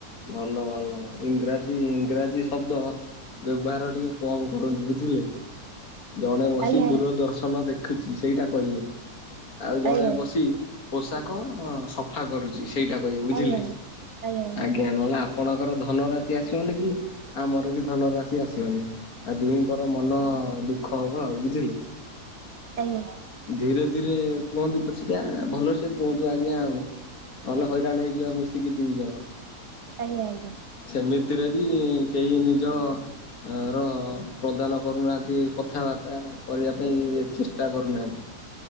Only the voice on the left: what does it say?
ଭଲ ଭଲ। ଇଂରାଜୀ, ଇଂରାଜୀ ଶବ୍ଦ ବ୍ୟବହାର ଟିକେ କମ କରନ୍ତୁ, ବୁଝିଲେ? ଜଣେ ବସି
ଦୂରଦର୍ଶନ
ଦେଖୁଛି ସେଇଟା କହିବେ। ଆଉ ଜଣେ
ବସି ପୋଷାକ ଅ ସଫା କରୁଛି। ସେଇଟା କହିବେ ବୁଝିଲେ।
ଆଜ୍ଞା। ନହେଲେ ଆପଣଙ୍କର ଧନ ରାଶି ଆସିବନି କି, ଆମର ବି ଧନରାଶି ଆସିବନି। ଆଉ ଦୁହିଁଙ୍କର ମନ ଦୁଃଖ ହବ ଆଉ ବୁଝିଲେ?
ଧୀରେ ଧୀରେ କୁହନ୍ତୁ ପଛିକା, ଭଲସେ କୁହନ୍ତୁ ଆଜ୍ଞା ଆଉ। ନହେଲେ ହଇରାଣ ହେଇଯିବା ମିଶିକି ଦୁଇ ଜଣ।
ସେମିତିରେ ବି କେହି ନିଜ ଆ ର ପ୍ରଦାନ କରୁନାହାଁନ୍ତି କଥାବାର୍ତ୍ତା କରିବାପାଇଁ ଏ ଚେଷ୍ଟା କରୁନାହାଁନ୍ତି।